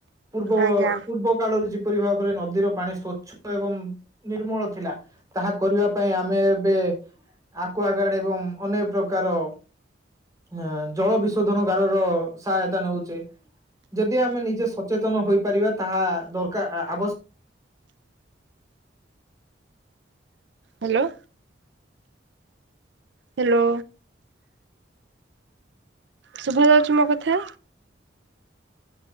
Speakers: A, on the right; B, on the right.
A: ପୂର୍ବ
B: ଆଜ୍ଞା
A: ପୂର୍ବ କାଳରୁ ଯେପରି ଭାବରେ ନଦୀର ପାଣି ସ୍ଵଚ୍ଛ ଏବଂ ନିର୍ମଳ ଥିଲା ତାହା କରିବା ପାଇଁ ଆମେ ଏବେ ଆକୁଆ ଗାର୍ଡ ଏବଂ ଅନେକ ପ୍ରକାର ଅ ଜଳ ବିଶୋଧନ ଗାର ର ସହାୟତା ନଉଛେ। ଯଦି ଆମେ ନିଜେ ସଚେତନ ହୋଇପାରିବା ତାହା ଦରକାର ଆବଶ୍ୟ
B: ହ୍ୟାଲୋ। ହ୍ୟାଲୋ। ଶୁଭା ଯାଉଛି ମୋ କଥା?